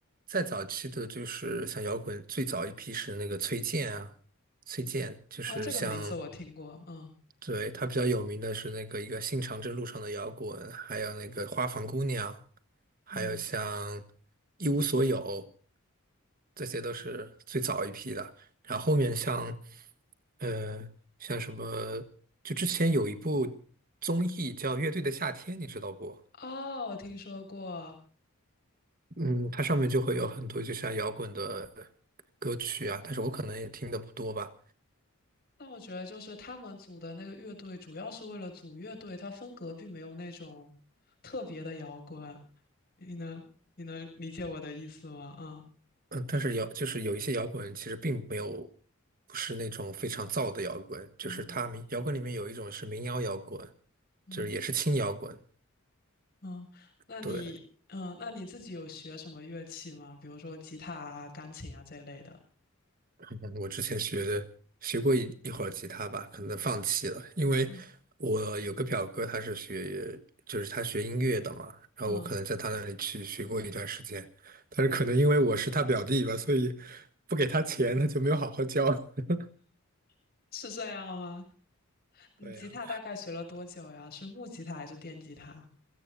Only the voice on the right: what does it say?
再早期的，就是像摇滚最早一批是那个崔健啊，崔健就是像，
对，他比较有名的是那个一个新长征路上的摇滚，还有那个花房姑娘，还有像
一无所有，这些都是最早一批的。然后后面像，呃，像什么，就之前有一部综艺叫《乐队的夏天》，你知道不？
嗯，它上面就会有很多就像摇滚的歌曲啊，但是我可能也听的不多吧。
嗯，但是摇就是有一些摇滚其实并没有，不是那种非常燥的摇滚，就是它民摇滚里面有一种是民谣摇滚，
就是也是轻摇滚，
对。
嗯我之前学的学过一一会儿吉他吧，可能放弃了，因为
我有个表哥，他是学就是他学音乐的嘛，然后我可能在他那里去学过一段时间，
但是可能因为我是他表弟吧，所以不给他钱，他就没有好好教。<laughs>
对呀，